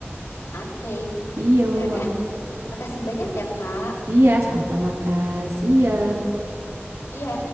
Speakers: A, on the left; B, on the right.
A: Oke,
B: Iyo,
A: ya udah.
B: mak-
A: Makasih banyak ya, Kak.
B: iya, sama-sama, Kak. See ya.
A: Iya.